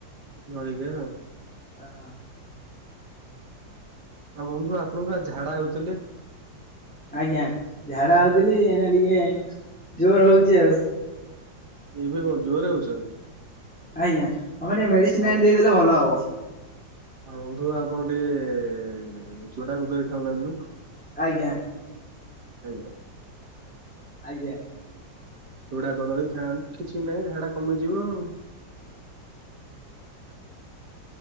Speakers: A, on the right (about 60°); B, in the centre.
A: ଜଳିଖିଆ ଆଉ।
B: ଅହଁ।
A: ଆଉ ବନ୍ଧୁ ଆପଣ ପା ଝାଡ଼ା ହଉଥିଲେ?
B: ଆଜ୍ଞା, ଝାଡ଼ା ହଉଥିଲି ଏଇନା ଟିକେ ଜୋର ହଉଚି ଆଉ।
A: ଏବେ କଣ ଜୋରରେ ହଉଛନ୍?
B: ଆଜ୍ଞା, ଆପଣ ଟିକେ ମେଡିସିନ
A: ଆଉ
B: ଆଣି ଦେଇଦେଲେ ଭଲ ହବ।
A: ଆଉ ବନ୍ଧୁ ଆପଣ ଟିକେ ଚୁଡା କଦଳୀ ଖାଉନାହାନ୍ତି।
B: ଆଜ୍ଞା,
A: ଆଜ୍ଞା,
B: ଆଜ୍ଞା
A: ଚୁଡା କଦଳୀ ଖାଆନ୍ତୁ, କିଛି ନାହିଁ ଝାଡା କମିଯିବ ଆଉ।